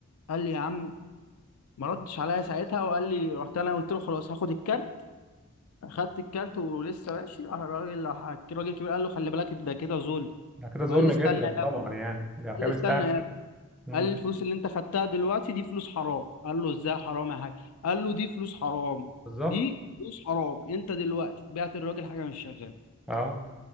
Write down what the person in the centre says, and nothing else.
ده كده ظلم
جدا
طبعا
يعني ده كده
بيستهبل
جدا مم.
بالظبط
اه